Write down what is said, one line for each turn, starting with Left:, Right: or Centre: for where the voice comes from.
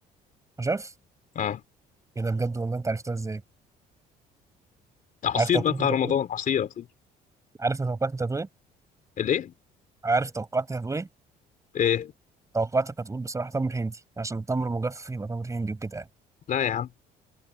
Right: شايف
Left: اه
Right: ايه ده بجد والله انت عرفتها ازاي
Left: ده عصير
Right: عارف توقعاتك
Left: بقى بتاع
Right: انت
Left: رمضان
Right: هتقول إيه؟
Left: عصير عصير
Right: عارف توقعاتك انت هتقول ايه
Left: الايه
Right: عارف توقعاتك هتقول ايه
Left: ايه إيه؟
Right: توقعاتك هتقول بصراحه تمر هندي عشان التمر مجفف يبقى تمر هندي وكده يعني
Left: لا يا عم